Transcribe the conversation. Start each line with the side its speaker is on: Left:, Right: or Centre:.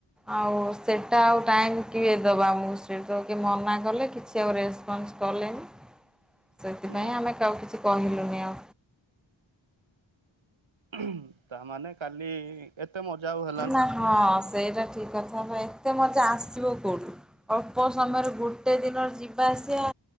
Centre: ଆଉ ସେଇଟା ଆଉ ଟାଇମ୍ କିଏ ଦବ ଆମକୁ? ସିଏ ତ କିଏ ମନା କଲେ କିଛି ସେ ଆଉ ରେସପନ୍ସ କଲେନି। ସେଥିପାଇଁ
Right: ହୁଁ
Centre: ଆମେ କହାକୁ କିଛି କହିଲୁନି ଆଉ।
Right: ହୁଁ, ତାମାନେ କାଲି-ଇ ଏତେ ମଜା ଆଉ ହେ
Centre: ନା, ହଁ, ସେଇଟା ଠିକ୍ କଥ୍ ହଁବା ଏତେ ମଜା ଆସିବ କୋଉଠୁ ଅଳ୍ପ ସମୟରେ ଗୋଟେ ଦିନରେ ଯିବା ଆସିବା